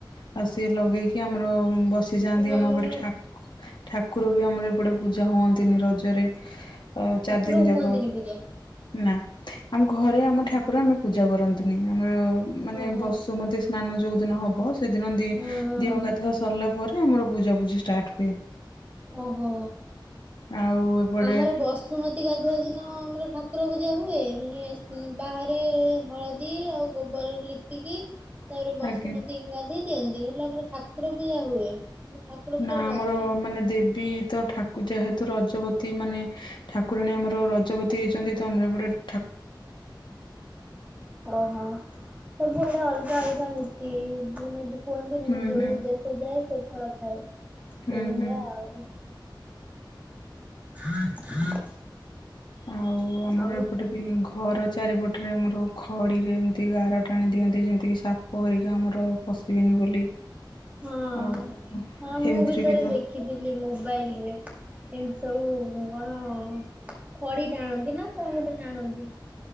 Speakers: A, on the left (about 65°); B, on the right (about 20°).
A: ଆଉ ସିଏ ଲଗେଇକି ଆମର ବ ସେ ଯାଆନ୍ତି
B: ତମ
A: ଆମ
B: ଆମର
A: ଗୋଟେ ଠାକୁ ଠାକୁର ବି ଆମର ଏପଟେ ପୂଜା ହୁଅନ୍ତିନି ରଜରେ ଆଉ
B: ଠାକୁର
A: ଚାରି ଦିନ
B: ହୁଅନ୍ତିନି
A: ଯାକ
B: ପୂଜା।
A: ନା ଆମ ଘରେ
B: ଓହୋ
A: ଆମ ଠାକୁର ଆମେ ପୂଜା ପୂଜା କରନ୍ତିନି ଆମର ମାନେ
B: ଓହୋ
A: ବସୁମତୀ ସ୍ନାନ ଯୋଉ ଦିନ ହବ ସେଦିନ ଦି
B: ହଁ ହଁ
A: ଦିଅ ଗାଧିବା ସରିଲା ପରେ ଆମର ବୁଝାବୁଝଜି ଷ୍ଟାର୍ଟ ହୁଏ
B: ଓହୋ
A: ଆଉ ଏପଟେ
B: ଆମର ବସୁମତୀ ଗାଧୁଅ ଦିନ ଆମର ଠାକୁର ପୂଜା ହୁଏ ମାନେ ବାହାରେ ହଳଦୀ ଆଉ ଗୋବରରେ ଲିପିକି ତାପରେ ବସୁମତୀଙ୍କ
A: ଆଜ୍ଞା
B: ଗଧି ଦିଅନ୍ତି ହେଲେ ଆମର ଠାକୁର ପଇୟା ହୁଏ ଆମ ଠାକୁର ପୂଜା
A: ନା
B: ବନ୍ଦ
A: ଆମର
B: ହୁଏନି।
A: ମାନେ ଦେବୀ ତ ଠାକୁ ଯେହେତୁ ରଜପତୀ ମାନେ ଠାକୁରାଣୀ ଆମର ରଜପତୀ ହେଇଛନ୍ତି ତ ଆମର ଏ ଗଟେ
B: ଓହୋ ସବୁଆଡା ଅଲ ଚା କାନି ମାନେ କୁହନ୍ତି ନିଜଉ
A: ହୁଁ ହୁଁ
B: ଦେଶ ଯାଏ ସେ ପଳ ଖଏ
A: ହୁଁ
B: ସେଇଭଳିଆ
A: ହୁଁ
B: ଆଉ ହଁ
A: ଆଉ ଆମର
B: ଆଉ
A: ଏପଟେ ବି ଘର ଚାରିପଟରେ ଆମର ଆ ଖଡ଼ିରେ ଏମିତି ଗାର ଟାଣି ଦିଅନ୍ତି ଯେମିତିକି ସାପ ଧରିକି ଆମର ପଶିବେନି ବୋଲି
B: ହଁ
A: ଆଉ
B: ହଁ ମୁଁ
A: ଏମିତିରେ
B: ବି ଥରେ
A: ତ
B: ଦେଖିଥିଲି ମୋବାଇଲ ରେ ଏମିତି ସବୁ କଣ ଖଡି ଟାଣନ୍ତି ନା କଣ ଗୋଟେ ଟାଣନ୍ତି